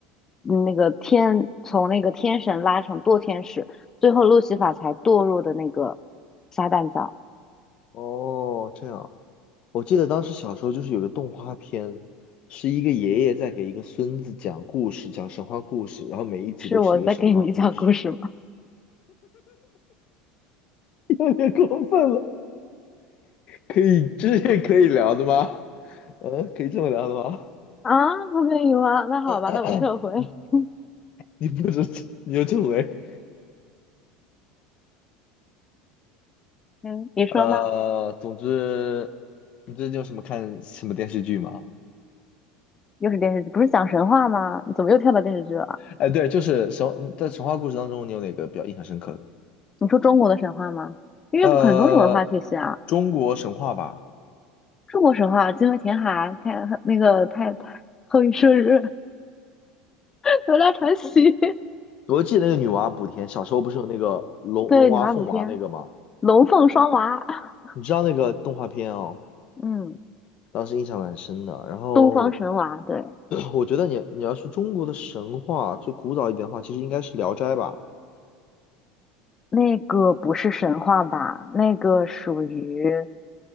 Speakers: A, on the left; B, on the left.
A: 嗯那个天从那个天神拉成堕天使，最后路西法才堕入的那个撒旦教。
B: 哦，这样，我记得当时小时候就是有个动画片，是一个爷爷在给一个孙子讲故事，讲神话故事，然后每一集都是一个神话故事。
A: 是我在给你讲故事吗？
B: 有点过分了，可以，这是可以聊的吗？嗯，可以这么聊的吗？
A: 啊，不可以吗？那好吧，
B: <clears throat>
A: 那我撤回。<laughs>
B: <coughs> 你不止，你又这回，
A: 嗯，你说吧，
B: 呃，总之，你最近有什么看什么电视剧吗？
A: 又是电视剧，不是讲神话吗？你怎么又跳到电视剧了？
B: 哎，对，就是神在神话故事当中，你有哪个比较印象深刻的？
A: 你说中国的神话吗？因为不很多种文化体系啊，
B: 呃，中国神话吧，
A: 中国神话，精卫填海，太那个太太后羿射日，<laughs> 哪吒传奇，
B: 我记得那个女娲补天，小时候不是有那个龙龙娃凤娃那个吗？
A: <laughs> 对，女娲补天，龙凤双娃，<laughs>
B: 你知道那个动画片哦，
A: 嗯，
B: 当时印象蛮深的。然后
A: 东方神娃，对，
B: 我觉得你你要说中国的神话，就古早一点的话，其实应该是《聊斋》吧，
A: 那个不是神话吧？那个属于